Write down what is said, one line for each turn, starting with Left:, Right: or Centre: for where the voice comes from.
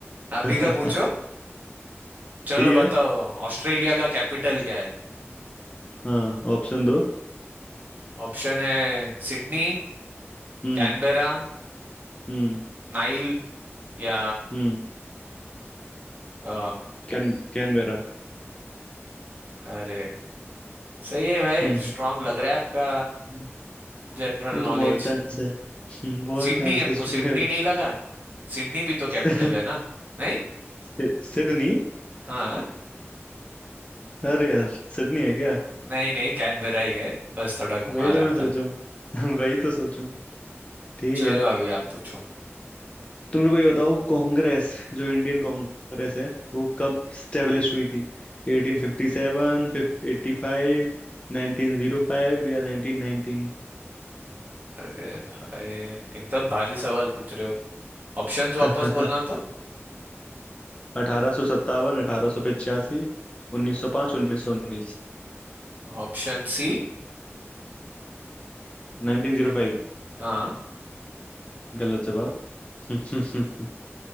Right: अभी
Left: <laughs>
Right: का पूछो चलो
Left: ठीक
Right: बताओ
Left: है
Right: ऑस्ट्रेलिया का कैपिटल क्या है
Left: हाँ ऑप्शन दो
Right: ऑप्शन है सिडनी
Left: हम्म
Right: कैनबेरा
Left: हम्म
Right: नाइल या
Left: हम्म
Right: अ,
Left: कैन कैनबेरा <laughs>
Right: अरे सही है भाई
Left: हम्म
Right: स्ट्रांग लग रहा है आपका
Left: हम्म,
Right: जनरल
Left: वो
Right: नॉलेज
Left: तो बहुत टाइम से हम्म, <laughs> बहुत
Right: सिडनी
Left: टाइम
Right: आपको
Left: से स्ट्रॉन्ग
Right: सिडनी
Left: है
Right: नहीं लगा सिडनी भी तो
Left: <laughs>
Right: कैपिटल
Left: सि-
Right: है ना नहीं
Left: सि- सिडनी
Right: हाँ
Left: अरे यार सिडनी है क्या
Right: नहीं नहीं कैनबेरा ही है बस थोड़ा घुमा
Left: वही
Right: रहा
Left: तो मैं सोचूं
Right: था
Left: <laughs> वही तो सोचूं ठीक
Right: चलो
Left: है
Right: अभी आप पूछो
Left: तो मेरे को ये बताओ कांग्रेस जो इंडियन कांग्रेस है वो कब स्टेब्लिश हुई थी 1857 85 1905 या 1919
Right: अरे भाई एकदम भारी सवाल पूछ रहे हो ऑप्शंस
Left: <laughs>
Right: वापस बोलना तो
Left: अठारह सौ सत्तावन अठारह सौ पचासी उन्नीस सौ पांच उन्नीस सौ उन्नीस
Right: Option C
Left: Nineteen zero five
Right: हाँ
Left: गलत जवाब <laughs>